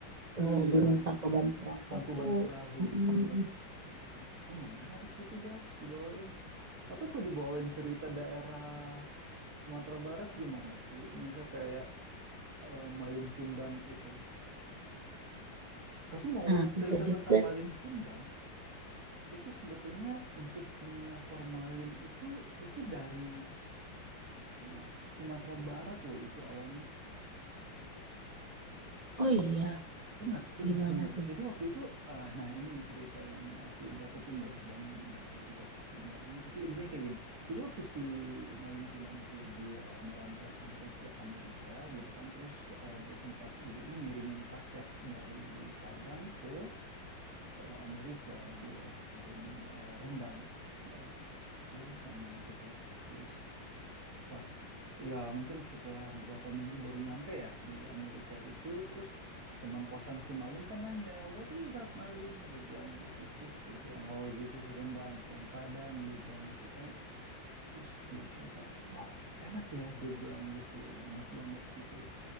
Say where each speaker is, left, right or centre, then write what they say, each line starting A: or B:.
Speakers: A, on the right (about 25°); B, on the right (about 50°).
A: eh,
B: Iya,
A: Gunung Tangkuban Perahu.
B: Tangkuban Perahu,
A: Mm-mm.
B: bener. Itu menarik itu dah dibawain. Atau aku dibawain cerita daerah Sumatera Barat gimana Ki? Misal kayak eh, Malin Kundang itu. Tapi ngomong-ngomong
A: Nah, bisa
B: cerita
A: juga.
B: tentang Malin
A: sih.
B: Kundang, itu sebetulnya unsur kimia formalin itu itu dari Mas Sumatera Barat loh itu awalnya.
A: Oh iya,
B: Benar, benar,
A: gimana
B: benar.
A: tuh?
B: Jadi waktu itu, eh, nah ini cerita yang aku dapetin ya, dan nggak tahu juga pasti enggaknya, tapi intinya kayak gini. Jadi waktu si Malin Kundang itu dia merantau sampai ke Amerika gitu kan, terus eh, dia sempat ibunya ngirimin paket dari Padang ke eh, Amerika, dia kirim eh, rendang eh, ke sana gitu. Terus pas ya mungkin setelah berapa minggu baru nyampe ya di Amerika itu terus teman kosan si Malin kan nanya what is that Malin dia bilang gitu terus dia bilang oh this is rendang from Padang dia bilang gitu kan terus dia coba wow enak ya dia bilang gitu enak banget gitu